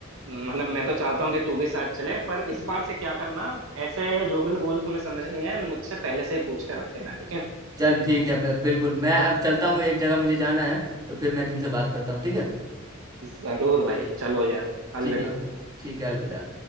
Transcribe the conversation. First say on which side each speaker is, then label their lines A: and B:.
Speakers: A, on the right; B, on the right.
A: मतलब मैं तो चाहता हूँ कि तू भी साथ चले पर इस बार से क्या करना ऐसे जो भी रूल तुम्हें समझ नहीं है मुझसे पहले से ही पूछ के रख लेना ठीक है
B: चल ठीक है बि- बिल्कुल मैं अब चलता हूँ एक जगह मुझे जाना है तो फिर मैं तुमसे बात करता हूँ ठीक है
A: जरूर भाई चलो यार
B: ठीक
A: अलविदा
B: ठीक है अलविदा